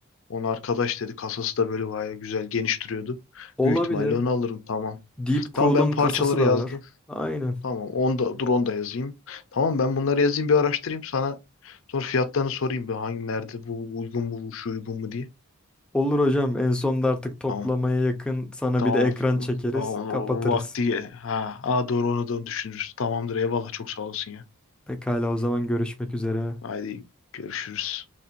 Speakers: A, on the left (about 60°); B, in the centre.
A: Onu arkadaş dedi. Kasası da böyle bayağı güzel geniş duruyordu.
B: Olabilir.
A: Büyük ihtimalle onu alırım tamam.
B: Deep Cool'un
A: Tamam ben parçaları
B: kasası da
A: yazdım.
B: var. Aynen.
A: Tamam onu da, dur onu da yazayım. Tamam ben bunları yazayım bir araştırayım sana. Sonra fiyatlarını sorayım bir hangi nerede bu uygun mu bu şu uygun mu diye.
B: Olur hocam. En sonda artık toplamaya
A: Tamam.
B: yakın sana
A: Tamam.
B: bir de ekran çekeriz,
A: Tamam.
B: kapatırız.
A: o Vakti. Ha. Aa, doğru onu da düşünürüz. Tamamdır eyvallah çok sağ olasın ya.
B: Pekala o zaman görüşmek üzere.
A: Haydi görüşürüz.